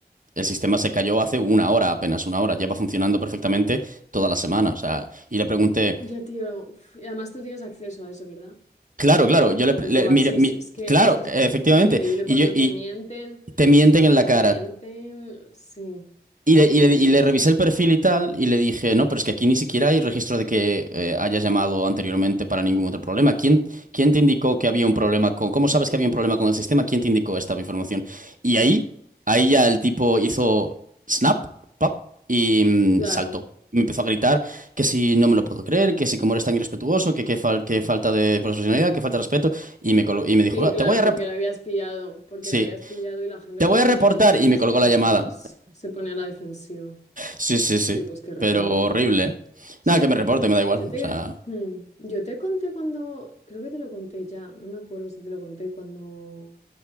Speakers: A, on the right (about 50°); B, on the left (about 40°).
A: el sistema se cayó hace una hora, apenas una hora, lleva funcionando perfectamente toda la semana, o sea, y le pregunté...
B: ya tío, Uf, y además tú tienes acceso a eso, ¿verdad?
A: Claro, claro,
B: a, co-
A: yo le,
B: a
A: le-
B: comprobar
A: mire,
B: si
A: mi-
B: es es que,
A: claro,
B: es que
A: efectivamente,
B: eso, eso es increíble.
A: y
B: Cuando
A: yo, y
B: te mienten,
A: te mienten
B: cuando
A: en la
B: te
A: cara,
B: mienten, sí,
A: y le,
B: increíble
A: y le- y le
B: eso.
A: revisé el perfil y tal, y le dije, no, pero es que aquí ni siquiera hay registro de que eh, hayas llamado anteriormente para ningún otro problema. ¿Quién, quién te indicó que había un problema con, cómo sabes que había un problema con el sistema? ¿Quién te indicó esta información? Y ahí, ahí ya el tipo hizo snap, pop, y mm,
B: Claro,
A: saltó. Y me empezó a gritar que si no me lo puedo creer, que si como eres tan irrespetuoso, que qué fal- que falta de profesionalidad, que falta de respeto, y me, colgó- y me dijo,
B: sí,
A: "Ah,
B: claro,
A: te voy a reportar,
B: porque lo habías pillado, porque
A: sí,
B: lo habías pillado y la gente
A: te
B: cuando
A: voy a reportar,
B: le pillas,
A: y me colgó
B: mm,
A: la llamada.
B: pues se pone a la defensiva.
A: Sí, sí, sí.
B: Sí, pues que reporte.
A: Pero horrible, ¿eh?
B: Sí,
A: Nada, que me reporte, me da igual.
B: yo te,
A: O sea,
B: hmm, yo te conté cuando, creo que te lo conté ya, no me acuerdo si te lo conté, cuando,